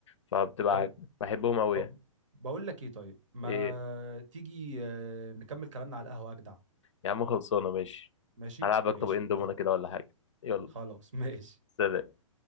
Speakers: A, on the left; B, on the right.
A: فبتبقى
B: طيب
A: بحبهم قوي
B: ب-
A: يعني
B: بقول لك ايه طيب ما
A: ايه
B: تيجي آه، نكمل كلامنا على القهوه اجدع
A: يا عم خلصانه ماشي
B: ماشي
A: هلعبك
B: ماشي
A: طبقين دومنا
B: اتفقنا
A: كده ولا حاجه يلا
B: خلاص ماشي
A: سلام